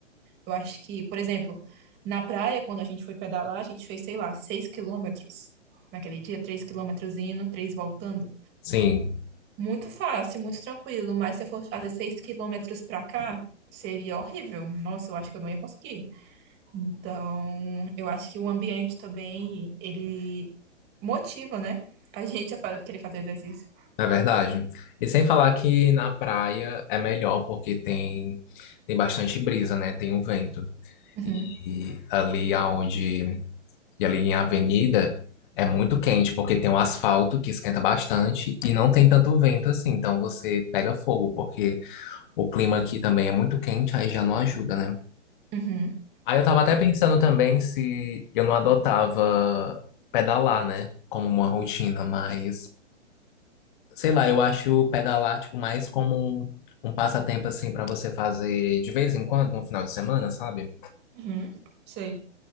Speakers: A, on the right; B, on the left.
A: Eu acho que, por exemplo, na praia, quando a gente foi pedalar, a gente fez, sei lá, seis quilômetros naquele dia, três quilômetros indo, três voltando.
B: Sim,
A: Muito fácil, muito tranquilo, mas se eu fosse fazer seis quilômetros pra cá, seria horrível. Nossa, eu acho que eu não ia conseguir. Então, eu acho que o ambiente também, ele motiva, né? A gente a fa- querer fazer exercício.
B: é verdade. E sem falar que na praia é melhor porque tem tem bastante brisa, né? Tem um vento.
A: Uhum,
B: E ali aonde e ali em avenida é muito quente porque tem o asfalto que esquenta bastante e não tem tanto vento assim, então você pega fogo porque O clima aqui também é muito quente, aí já não ajuda, né?
A: uhum,
B: Aí eu tava até pensando também se eu não adotava pedalar, né? Como uma rotina, mas sei lá, eu acho pedalar tipo mais como um, um passatempo assim pra você fazer de vez em quando, no final de semana, sabe?
A: uhum, sei.